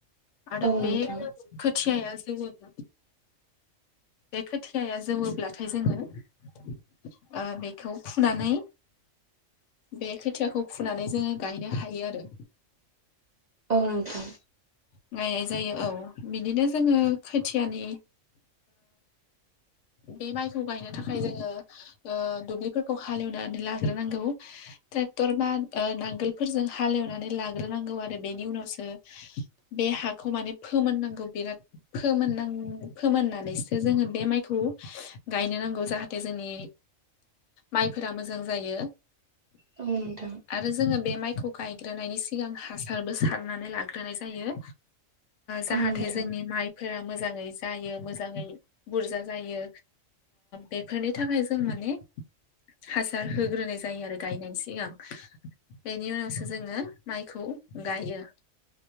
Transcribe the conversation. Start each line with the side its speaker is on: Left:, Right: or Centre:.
Left: आरो
Right: औ नोंथां
Left: बे खोथियाया जोवोब्ला बे खोथियाया जौवोब्लाथाय जोङो ओ बेखौ फुनानै बे खोथियाखौ फुनानै जोङो गायनो हायो आरो।
Right: औ नोंथां
Left: <unintelligible> जायो औ बिदिनो जोङो खोथियानि बे माइखौ गायनो थाखाय जोङो दुब्लिफोरखौ हाल एवनानै लाग्रोनांगौ ट्रेक्टर बा नांगोलफोरजों हाल एवनानै लाग्रोनांगौ आरो। बेनि उनावसो बे हाखौ माने फोमोननांगौ बिराद फोमोननां फोमोननानैसो जोङो बे माइ खौ गायनो नांगौ जाहाथे जोंनि माइफोरा मोजां जायो।
Right: औ नोंथां
Left: आरो जोङो बे माइ गायग्रोनायनि सिगां हासारबो सारनानै लाग्रोनाय जायो। जाहाथे
Right: औ नोंथां
Left: जोंनि माइफोरा मोजाङै जायो मोजाङै बुरजा जायो बेफोरनि थाखाय जों माने हासार होग्रोनाय जायो आरो गायनायनि सिगां। बेनि उनावसो जोङो माइखौ गायो।